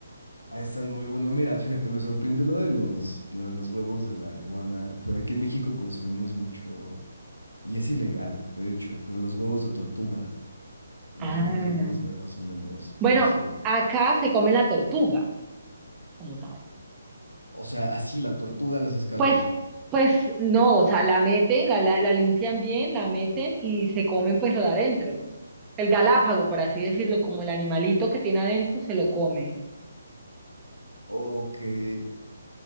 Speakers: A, on the left (about 85°); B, on the right (about 15°).
A: ha de estar muy bueno. Mira, fíjate, me sorprende lo de los, lo de los huevos de la iguana, pero aquí en México consumimos mucho. Y es ilegal, de hecho, pero los huevos de tortuga, imagino
B: Ah.
A: que han de saber más o menos parecido.
B: Bueno, acá se come la tortuga como tal.
A: O sea, así la tortuga los pescado.
B: Pues, pues no, o sea, la meten, la, la, la limpian bien, la meten y se comen pues lo de adentro. El galápago, por así decirlo, como el animalito que tiene adentro, se lo come.
A: O que,